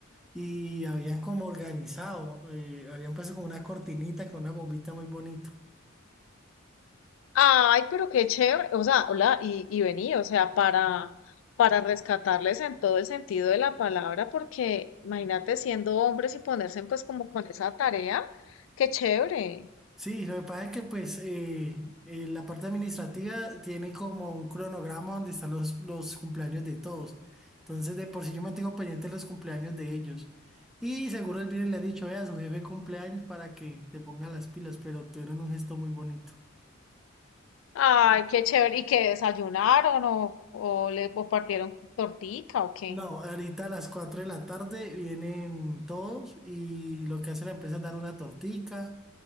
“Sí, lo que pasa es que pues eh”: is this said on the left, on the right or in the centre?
Centre